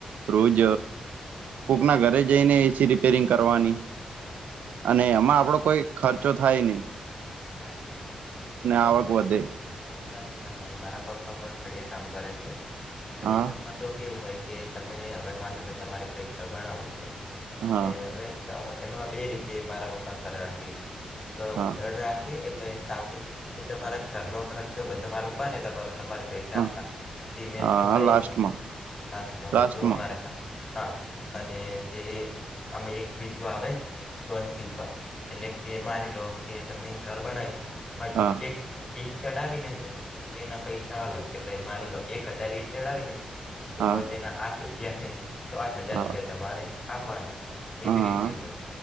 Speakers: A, on the right; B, on the left.
A: રોજ. કોકના ઘરે જઈને એસી રિપેરિંગ કરવાની,
B: વાત
A: અને એમાં આપડો કોઈ ખર્ચો થાય નહીં.
B: સાચી બરાબર
A: આવક વધે
B: છે. વાત સાચી તમારી, મારા પપ્પા પણ કડિયા કામ કરે છે, કડિયા
A: હા
B: કામ. તો કેવું હોય કે, તમે હવે માની લો, તમારે કઈ ઘર બનાવાનું છે,
A: હા
B: એટલે હવે એમાં બે રીતે મારા પપ્પા કરવા કેય, એક
A: હા
B: ઉધાર રાખે. એટલે સાવ કે, તમારા ઘર નો ખર્ચો, તમારે ઉપાટ ને કરવાનો તમારે. પૈસા
A: હા
B: સિમેન્ટથી
A: હા
B: લઈ.
A: લાસ્ટમાં
B: લાસમાં બધું
A: લાસ્ટમાં
B: અમારે. હા, અને જે અમે એક બીજું આવે, દોનચી ઉપર એટલે કે માની લો કે, તમે ઘર બનાવે, એ માટે
A: હા
B: એક. ઈટ ચડાવીને, તો તેના પૈસા અલગ એટલે માની લો, એક હજાર ઈટ ચડાવી ને. તો
A: હા
B: તેના આઠ રૂપિયા છે, તો આઠ હજાર
A: હા
B: રૂપિયા તમારે. આપવાના, એવી
A: હા
B: રીતે હોય.